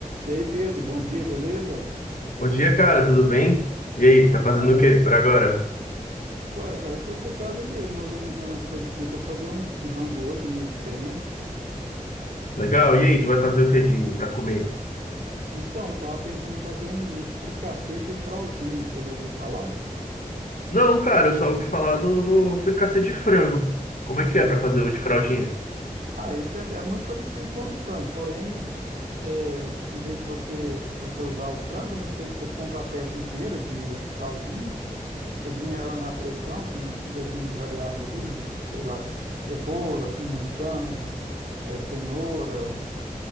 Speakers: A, on the right; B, on the left.
A: E aí, Pedro, bom dia, beleza?
B: Bom dia, cara, tudo bem? E aí,
A: Bom
B: tá
A: demais.
B: fazendo o quê por agora?
A: Uai, cara, tô por casa mesmo, organizando as coisas aqui para fazer um, um rango hoje, né, diferente.
B: Legal, e aí, tu vai fazer o que de pra comer?
A: Então, eu tava pensando em fazer um fricassê de fraldinha, você já ouviu falar?
B: Não, cara, eu só ouvi falar do, do fricassê de frango. Como é que
A: É,
B: é pra fazer o de fraldinha?
A: Ah, esse é, é muito parecido com o de frango, porém, é, em vez de você você usar o frango, né, você você compra a peça inteira de fraldinha, cozinha ela na pressão com legumes variados ali, sei lá, cebola, pimentão, é, cenoura,